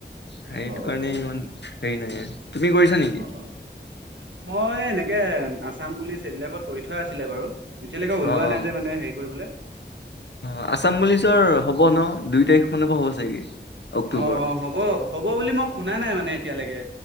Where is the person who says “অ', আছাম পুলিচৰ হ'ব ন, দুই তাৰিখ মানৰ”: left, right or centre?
Left